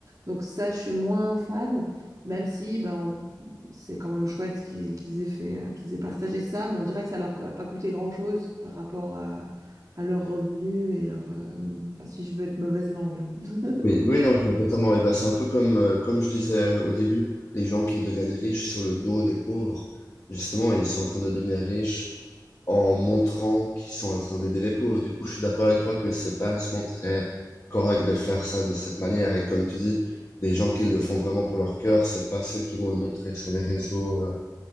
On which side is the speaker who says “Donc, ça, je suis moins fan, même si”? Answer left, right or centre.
Right